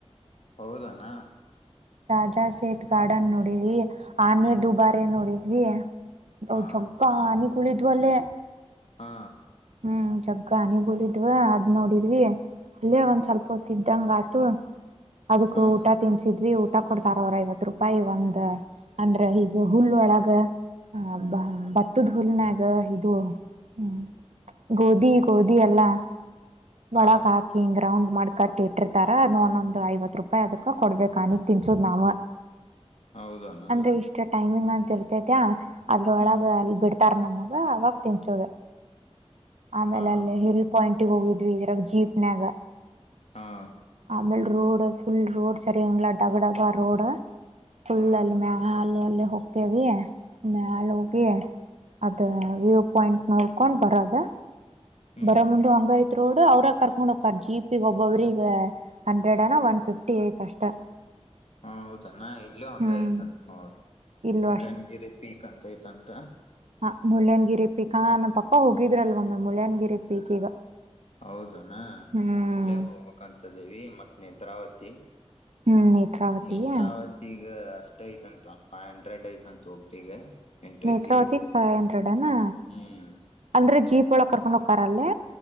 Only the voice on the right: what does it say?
ರಾಜಾ ಸೇಟ್ ಗಾರ್ಡನ್ ನೋಡಿದ್ವಿ ಆನೆ ದುಬಾರಿ ನೋಡಿದ್ವಿ
ಜೊಕ್ಕ ಹನಿಗಳಿದ್ವಲ್ಲೇ
ಹ್ಮ್ ಜಗ್ಗ ಹನಿಗಳಿದ್ವ ಅದ್ ನೋಡಿದ್ವಿ ಅಲ್ಲೇ ಒಂದ್ ಸ್ವಲ್ಪ ಹೊತಿದ್ದಂಗ ಆಟು ಅದಕ್
ಊಟ ತಿನ್ಸಿದ್ರಿ ಊಟ ಕೊಡ್ತಾರ ಅವರ ಐವ ರೂಪಾಯಿ ಒಂದ ಅಂದ್ರೆ ಈಗ ಹುಲ್ ಒಳಗ ಆ ಬ ಬತ್ತದ ಹೂಲ್ನಾಗ ಇದು ಹ್ಮ್ ಗೋಧಿ ಗೋಧಿ ಎಲ್ಲಾ
ಒಳಕ್ ಹಾಕಿಂಗ ರೌಂಡ್ ಮಾಡಿ ಕಟ್ಟಿ ಇಟ್ಟಿರ್ತಾರ ಅದು ಒಂದೊಂದ್ ಐವತ್ ರೂಪಾಯಿ ಅದಕ್ಕ ಕೊಡ್ಬೇಕ ಅನಿಕ್ ತಿನ್ಸುದ್ ನಾವು
ಅಂದ್ರೆ ಇಷ್ಟ ಟೈಮಿಂಗ್ ಅಂತ ಇರ್ತೇತ ಅದ್ರೊಳಗ
ಅಲ್ಲಿ ಬಿಡ್ತ ಟರ್ ನಮ್ಮಾಗ ಅವವಾಗ ತಿನ್ಚೋಗೆ ಆಮೇಲೆ
ಅಲ್ಲೇ ಹಿಲ್ ಪಾಯಿಂಟ್ಗ್ ಹೋಗಿದ್ವಿ ಇದ್ರಾಗ ಜೀಪ್ನ್ಯಾಗ
ನ ರೋಡು ಫುಲ್ ರೋಡ್ ಸರಿ ಡಬ ಡಬ ರೋಡು ಫುಲ್
ಎಲ್ಲಿ ಹಾಲ್ ಪೆ ಹೋಗಕ ಭ ಮೆಾಲ ಹೋಗ ಅದ ವ್ಯೂ ಪಾಯಿಂಟ್ ನೋಡ್ಕೊಂಡ್ ಬರದ
ಬರ ಮುಂದ ಹಂಗ ಆಯ್ತ ರೋಡ್ ಅವ್ರಾಗ ಕರ್ಕೊಂಡ್ ಹಕರ್ ಜಿ ಪಿ ಒಬ್ಬೊಬ್ರಗ ಹಂಡ್ರೆಡ್ ಅನ ಒನ್ ಫಿಫ್ಟಿ ಐತ್ ಅಷ್ಟ
ಹ್ಮ್
ಇಲ್ಲೂ
ಹಾ ಮುಳ್ಳಯನಗಿರಿ ಪೀಕ್ ನಮ್ಮ ಪಪ್ಪ
ಹೋಗಿದ್ರಲ್ವಮ್ಮೆ ಮುಳ್ಳಯನಗಿರಿ ಪೀಕ್ ಈಗ
ಹ್ಮ್
ಹ್ಮ್ ನೇತ್ರಾವತಿಯ
Netravati
five hundred ಅನಾ
ಅಂದ್ರೆ ಜೀಪ್ ಒಳ ಕರ್ಕೊಂಡ ಹೋಗ ಕಾರ್ ಅಲ್ಲಿ